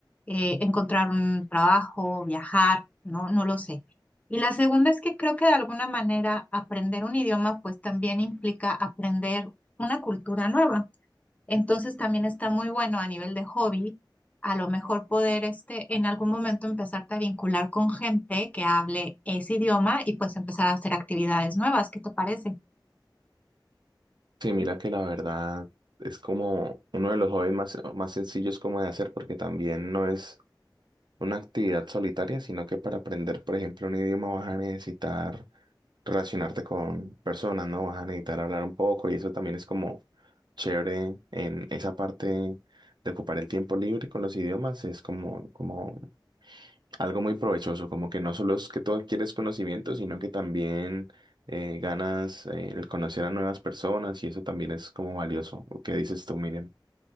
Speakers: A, on the left (about 20°); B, on the right (about 65°).
A: eh, encontrar un trabajo, viajar, no, no lo sé. Y la segunda es que creo que de alguna manera aprender un idioma pues también implica aprender una cultura nueva. Entonces también está muy bueno a nivel de hobby, a lo mejor poder este en algún momento empezarte a vincular con gente que hable ese idioma y pues empezar a hacer actividades nuevas. ¿Qué te parece?
B: Sí, mira que la verdad es como uno de los hobbies más, más sencillos como de hacer porque también no es una actividad solitaria, sino que para aprender, por ejemplo, un idioma vas a necesitar relacionarte con personas, ¿no? Vas a necesitar hablar un poco y eso también es como chévere en esa parte de ocupar el tiempo libre con los idiomas, es como, como algo muy provechoso, como que no solo es que tú adquieres conocimiento, sino que también eh, ganas eh, el conocer a nuevas personas y eso también es como valioso. ¿O ¿Qué dices tú, Miriam?